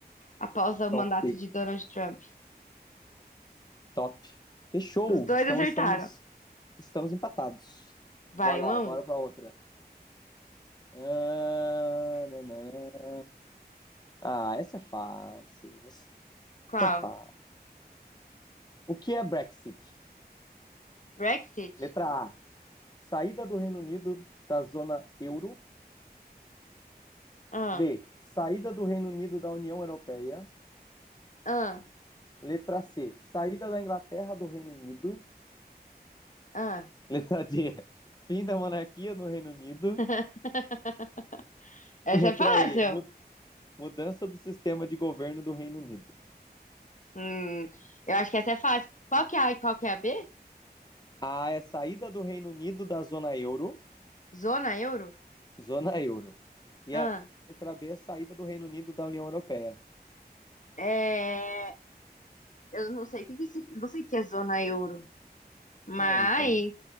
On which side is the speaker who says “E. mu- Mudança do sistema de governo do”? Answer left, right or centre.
Left